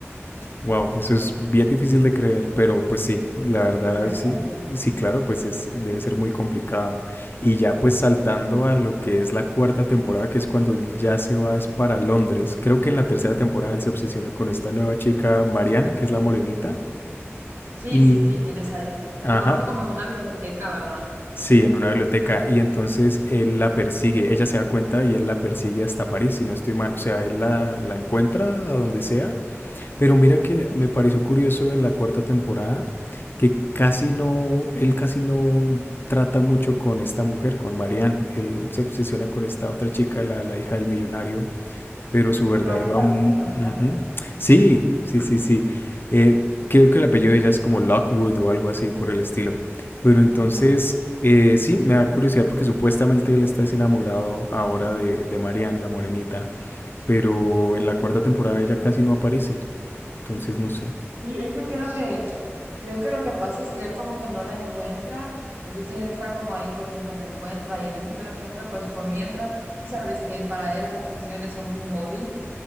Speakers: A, on the left (about 50°); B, on the right (about 50°).
A: Wow, eso es bien difícil de creer, pero pues sí, la verdad
B: ¿verdad?
A: sí, eh, sí, claro, pues es, debe ser muy complicado. Y ya pues saltando a lo que es la cuarta temporada, que es cuando él ya se va es para Londres, creo que en la tercera temporada él se obsesiona con esta nueva chica, Marianne, que es la morenita,
B: Sí,
A: y,
B: sí, sí, en esa es.
A: ajá,
B: La conoce como en una biblioteca, ¿verdad?
A: sí, en una biblioteca, y entonces él la persigue, ella se da cuenta y él la persigue hasta París, si no estoy mal, o sea, él la, la encuentra a donde sea Pero mira que me pareció curioso en la cuarta temporada que casi no, él casi no trata mucho con esta mujer, con Marianne. Él se obsesiona con esta otra chica, la, la hija del millonario, pero su verdadero
B: La que es la
A: amor...
B: vecina, ¿verdad?
A: Sí, sí, sí, sí. Eh, creo que el apellido de ella es como Lockwood o algo así por el estilo. Pero entonces,
B: Ajá.
A: eh, sí, me da curiosidad porque supuestamente él está desenamorado ahora de, de Marianne, la morenita, pero en la cuarta temporada ella casi no aparece. Entonces, no sé.
B: Sí, es que creo que, creo que lo que pasa es que él como que no la encuentra, entonces él está como ahí por mientras la encuentra, y en eso que la encuentra, pues por mientras, tú sabes que para él las obsesiones son su hobby,